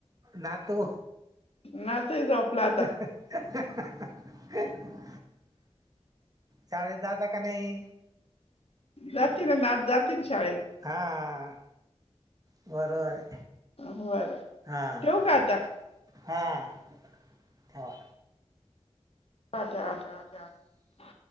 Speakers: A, on the right; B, on the left.
A: नातू.
B: नातू झोपला आता
A: <unintelligible> शाळेट दादा का नाही.
B: जाती ना ना जाती ना शाळेत.
A: हा बरोबर हाय.
B: बरं
A: हा,
B: ठेवू का आता
A: हा ह.
B: अच्छा अच्छा अच्छा!